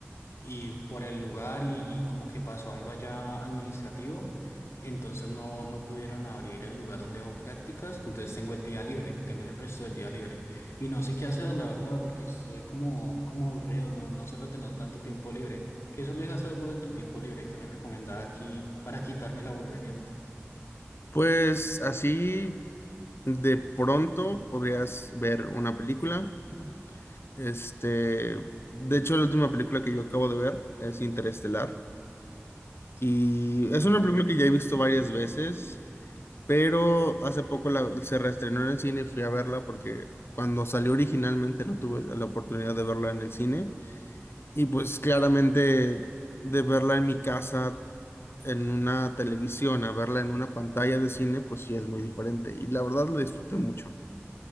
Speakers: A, on the left; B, on the left.
A: y por el lugar y, y como que pasó algo allá administrativo, entonces no, no pudieron abrir el lugar donde hago prácticas, entonces tengo el día libre, tengo el resto del día libre. Y no sé qué hacer, la verdad, porque estoy como, como aburrido, no, no suelo tener tanto tiempo libre. ¿Qué sueles hacer vos en tu tiempo libre? ¿Qué me recomendás aquí para quitarme el aburrimiento?
B: Pues así de pronto podrías ver una película. Este, de hecho, la última película que yo acabo de ver es Interestelar. Y es una película que ya he visto varias veces, pero hace poco la- se reestrenó en el cine y fui a verla porque cuando salió originalmente no tuve la oportunidad de verla en el cine. Y pues claramente de verla en mi casa. en una televisión a verla en una pantalla de cine, pues sí es muy diferente. Y la verdad la disfruté mucho.